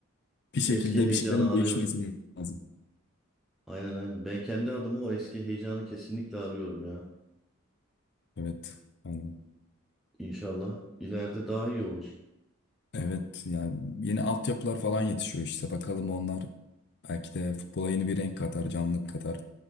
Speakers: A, on the left; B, in the centre.
A: bir şekilde
B: eski heyecanı
A: bir şeylerin
B: arıyorum.
A: değişmesi lazım.
B: Aynen aynen. Ben kendi adıma o eski heyecanı kesinlikle arıyorum ya.
A: Evet. Yani
B: İnşallah ileride daha iyi olur.
A: evet yani yeni altyapılar falan yetişiyor işte. Bakalım onlar belki de futbola yeni bir renk katar, canlılık katar.